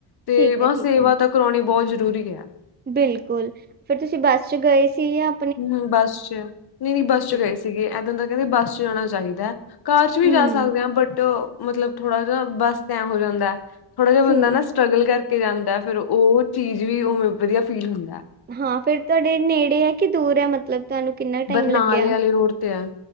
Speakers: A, on the left; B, on the right.
A: ਤੇ
B: ਠੀਕ
A: ਵ
B: ਹੈ ਠੀਕ
A: ਸੇਵਾ
B: ਹੈ
A: ਤ ਕਰੌਣੀ ਬੋਤ ਜ਼ਰੂਰੀ ਐ।
B: ਬਿਲਕੁਲ, ਫੇਰ ਤੁਸੀ ਬਸ 'ਚ ਗਏ ਸੀ ਯਾਂ
A: ਹੂੰ, ਬਸ 'ਚ। ਨਈ-ਨਈ ਬਸ 'ਚ ਗਏ
B: ਹੈ
A: ਸੀਗੇ। ਐਦਾਂ ਦਾ ਕੇਂਦੇ ਬਸ 'ਚ ਜਾਣਾ ਚਾਹੀਦੈ। ਕਾਰ 'ਚ ਵੀ
B: ਹੂੰ
A: ਜਾ ਸਕਦੇ ਆਂ ਬਟ ਮਤਲਬ ਥੋੜਾ ਜੇਆ ਬਸ ਤੈ ਹੋ ਜਾਂਦੈ ਥੋੜਾ ਜੇਆ ਬੰਦਾ
B: ਠੀਕ
A: ਨਾ ਸਟ੍ਰਗਲ ਕਰਕੇ ਜਾਂਦੈ ਫੇਰ ਓ ਚੀਜ ਵੀ ਓਵੇਂ ਵਧੀਆ ਫੀਲ ਹੁੰਦੈ।
B: ਹਾਂ ਫੇਰ ਤੁਆਡੇ ਨੇੜੇ ਐ ਕੇ ਦੂਰ ਐ ਮਤਲਬ ਤੁਆਨੂੰ ਕਿੰਨਾ ਟਾਈਮ
A: ਬਰਨਾਲੇ
B: ਲੱਗੇਆ?
A: ਵਾਲੇ ਰੋਡ ਤੇ ਆ